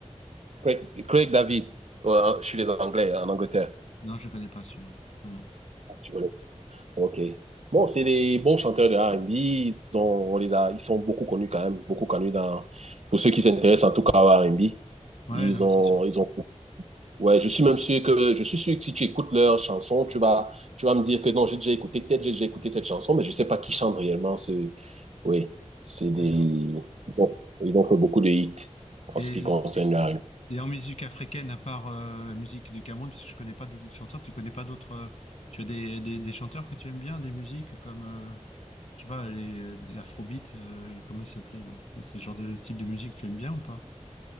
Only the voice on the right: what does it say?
Craig, Craig David, je suis les Anglais, en Angleterre.
Tu connais. Ok. Bon, c'est des bons chanteurs de R&B. Ils ont, on les a, ils sont beaucoup connus quand même, beaucoup connus dans, pour ceux qui s'intéressent en tout cas à R&B.
Ils
ont,
ils ont Ouais, je suis même sûr que je suis sûr que si tu écoutes leur chanson, tu vas tu vas me dire que non, j'ai déjà écouté, peut-être j'ai déjà écouté cette chanson, mais je sais pas qui chante réellement ce. Oui, c'est des.
Bon, ils ont fait beaucoup de hits en
ce qui concerne
la rue.